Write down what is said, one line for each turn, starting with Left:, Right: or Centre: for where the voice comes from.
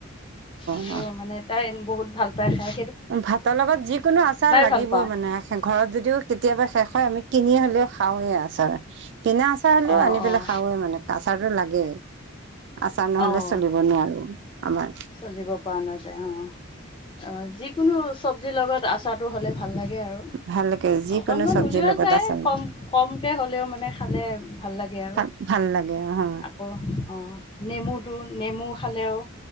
Left: সটো
Right: অ
Left: মানে তাই বহুত ভাল পায় খাই।
Right: ভাতৰ লগত যিকোনো আচাৰ লাগিবই
Left: ভাল পাওঁ
Right: মানে ঘৰত যদিও কেতিয়াবা শেষ হয়। আমি কিনি হলেও খাওঁৱে আছাৰ। কিনা আচাৰ হ'লেও
Left: অঁ
Right: আনি পেলাই
Left: অঁ
Right: খাওঁৱে মানে, আচাৰতটো লাগেই আচাৰ নহলে
Left: অঁ
Right: চলিব নোৱাৰো। আমাৰ
Left: চলিব পৰা নাযায় অ, অ যিকোনো চব্জিৰ লগত আচাৰটো হ'লে ভাল লাগে। লাগে আৰু
Right: ভাল লাগে যিকোনো
Left: অকনমান
Right: চব্জিৰ
Left: উলিওৱা
Right: লগত
Left: যায়,
Right: আচাৰ
Left: কম কমকে হ'লেও মানে খালে ভাল লাগে আৰু।
Right: ভাল ভাল লাগে অ
Left: আকৌ অ নেমু টো নেমু খালেও